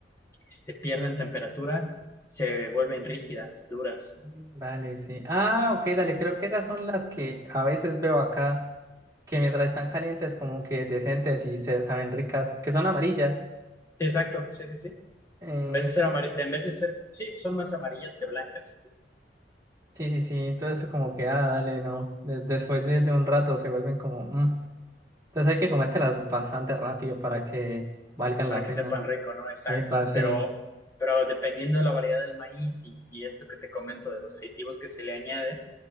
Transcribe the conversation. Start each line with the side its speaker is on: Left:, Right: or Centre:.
Left: este, pierden temperatura, se vuelven rígidas, duras.
Right: Dale, sí. Ah, ok, dale, creo que esas son las que a veces veo acá, que mientras están calientes como que decentes y se saben ricas, que son amarillas.
Left: Sí, Exacto, sí, sí, sí.
Right: Eh,
Left: En vez de ser amar- en vez de ser, sí, son más amarillas que blancas,
Right: sí, sí, sí, entonces como que, ah, dale, no, de- después de, de un rato se vuelven como... mm. Entonces hay que comérselas bastante rápido para que valgan
Left: para
Right: la pena.
Left: que sepan rico, ¿no? Exacto.
Right: Epa, sí.
Left: Pero, pero dependiendo de la variedad del maíz y, y esto que te comento de los aditivos que se le añade